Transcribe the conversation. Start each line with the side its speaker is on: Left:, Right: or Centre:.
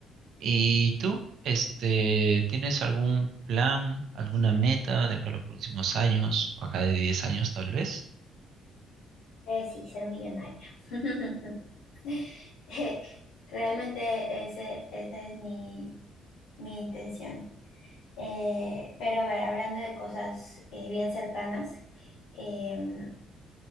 Right: ¿Y tú, este, tienes algún plan, alguna meta de acá a los próximos años, o acá de 10 años tal vez?
Left: Eh, sí, ser millonaria. <laughs> Eh, Realmente ese, esa es mi, mi intención. Eh, pero a ver, hablando de cosas eh, bien cercanas, em,